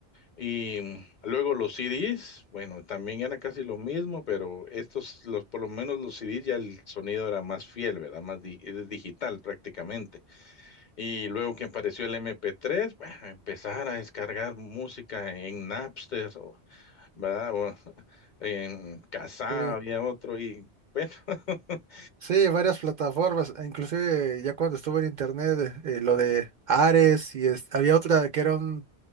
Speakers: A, on the left (about 50°); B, on the right (about 55°).
A: Y mm, luego los CDs, bueno, también era casi lo mismo, pero estos, los, por lo menos los CDs ya el sonido era más fiel, ¿verdad? Más di- es digital prácticamente. Y luego que apareció el MP3, bueno, empezar a descargar música en Napster, o, ¿verdad? O <laughs> en Kazaa
B: Sí,
A: había otro y, bueno, <laughs>
B: Sí, varias plataformas, e inclusive ya cuando estuve en internet, eh, lo de Ares y es- había otra que era un,